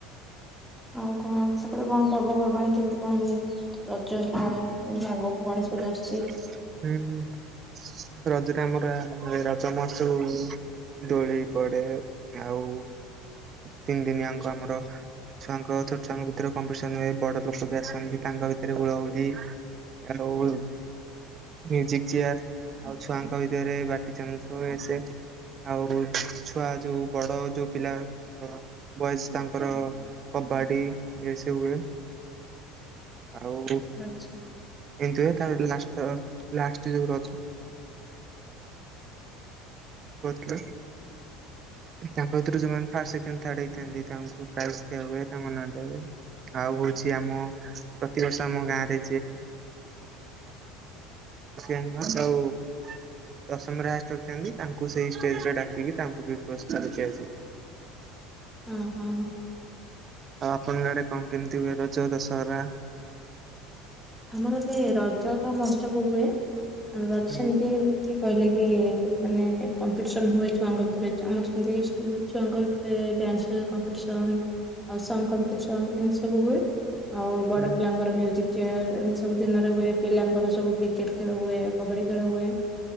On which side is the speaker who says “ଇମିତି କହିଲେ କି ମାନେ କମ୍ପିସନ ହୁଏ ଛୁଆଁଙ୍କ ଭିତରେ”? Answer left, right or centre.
Centre